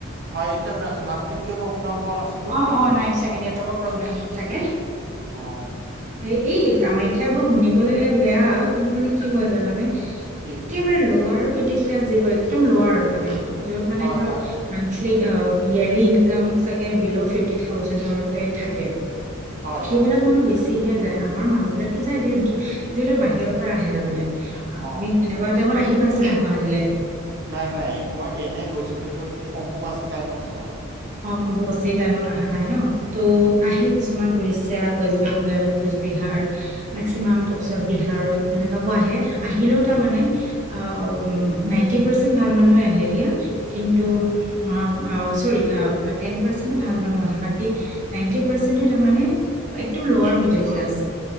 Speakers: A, on the right; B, on the right.
A: হয় এতিয়া শুনা পাইছো, মাজতে কিয় বা শুনা পোৱা নাছিলো।
B: অ অ নাই চাগে নেটৱৰ্কৰ প্ৰব্লেম চাগে
A: অ।
B: এ, এই কামাখ্যা বৰ শুনিবলৈ বেয়া, কিন্তু মানে কি হয় জানানে?
A: কি
B: একেবাৰে লোৱাৰ পিটি <unintelligible> যিবোৰ একদম লোৱাৰ আৰু মানে যত মানে
A: হয়
B: ধৰ,
A: হয়
B: মন্থলী অ ইয়াৰলী ইনকাম চাগে বিল' ফিফটি থাউজেণ্ডতে থাকে
A: হয়
B: সেইবিলাক
A: হয়
B: মানুহ বেছিহে যায়। আমাৰ মানুহ বিলাকতো যায় যিবিলাক বাহিৰৰ পৰা আহে তাৰমানে অ,
A: অঁ
B: তুমি এনেকুৱা টাইমত আহিব পাইছে ন গুৱাহাটীলৈ
A: নাই, নাই, মই এনেই গৈছো কিন্তু এই অম্পু বাছে টাইমত যোৱা নাই।
B: অ অম্বু বাছি টাইমত অহা নাই ন? ত'
A: উম।
B: আহে কিছুমান উৰিষ্যা, ৱেষ্ট বেংগাল, কোচবিহাৰ, মেক্সিমাম তাৰপিছত বিহাৰ এনেকুৱাবোৰ আহে। আহিলেও
A: উম,
B: তাৰ মানে অ ৱ নাইনটি পাৰ্চেন্ট ভাল মানুহে আহে দিয়া, কিন্তু অ আ চৰি। অ টেন পাৰ্চেন্টহে ভাল মানুহ আহে, বাকী নাইনটি পাৰ্চেন্টে তাৰমানে একদম লোৱাৰ মিডিল ক্লাছ।